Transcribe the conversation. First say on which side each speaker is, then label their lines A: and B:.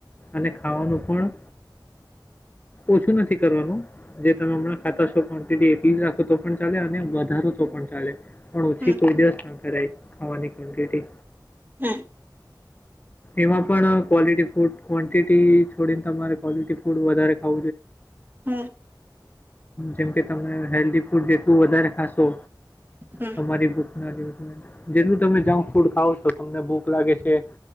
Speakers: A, on the left (about 20°); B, on the right (about 25°).
A: અને ખાવાનું પણ ઓછું નથી કરવાનું જે તમે હમણાં ખાતા છો ક્વોન્ટિટી એટલી જ રાખો તો પણ ચાલે અને વધારો તો પણ ચાલે પણ ઓછી
B: હમ
A: કોઈ દિવસ ના ખવાની ક્ન્ટટી
B: હમ
A: એમાં પણ ક્વલિટી ફૂડ ક્વન્ટિટી છોડીને તમારે ક્વલટી ફૂડ વધારે <inaudible>
B: હમ
A: જેમ કે તમે હેલ્ધ ફૂડ જેટલું વધારે ખાશો
B: હમ
A: તમારી બુક જેલું તમે જંક ફૂડ ખાવ તો તમને ભૂખ લાગે છે